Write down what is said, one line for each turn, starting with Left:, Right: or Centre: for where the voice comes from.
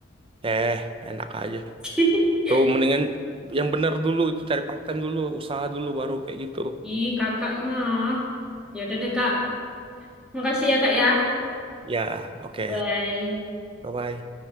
Right: Eh, enak aja.
Centre: <laughs>
Right: Tuh mendingan yang bener dulu itu cari part time dulu, usaha dulu baru kayak gitu.
Centre: Ih, Kakak mah. Ya udah deh Kak. Makasih ya Kak ya.
Right: Ya, oke.
Centre: Bye.
Right: Bye bye.